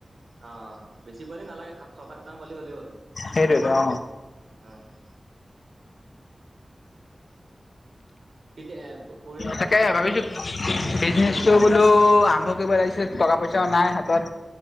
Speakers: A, on the right; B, on the left.
A: অ' বেছি পোৱালি নালাগে সাত ছটা মান পালি হ'লে হ'ল।
B: হেইৰিত অ
A: অ' কেতিয়া পৰহি মানে
B: তাকে
A: ওলাই দিওঁ ন
B: ভাবিছো
A: কি কোৱা?
B: বিজনেচটো বোলো আৰম্ভ কৰিব লাগিছিল টকা পইচা নাই হাতত।